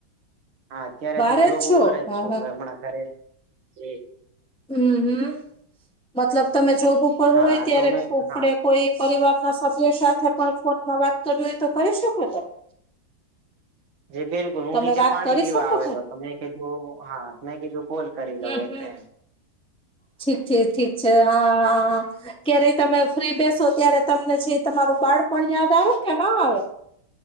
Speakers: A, on the right (about 85°); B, in the centre.
A: હા અત્યારે
B: બારે
A: તો જોબ
B: જ છો
A: ઉપર જ
B: હમ
A: છું હમણાં ઘરે જ
B: હમ હમ મતલબ તમે જોબ ઉપર હોય
A: હા
B: ત્યારે
A: તો મેં
B: ફફડે
A: હા
B: કોઈ પરિવારના સભ્ય સાથે પણ ફોનમાં વાત કરવી હોય તો કરી શકો તમે
A: જી બિલકુલ હું
B: તમે
A: નીચે
B: વાત
A: પાણી
B: કરી
A: પીવા
B: શકો
A: આવેલો
B: છો
A: તો મેં કીધું હા મેં કીધું કોલ કરી
B: હમ
A: લઉ એકે
B: હમ ઠીક છે ઠીક છે હા હા હા ક્યારેય તમે ફ્રી બેસો ત્યારે તમને છે તમારું બાળપણ યાદ આવે કે ના આવે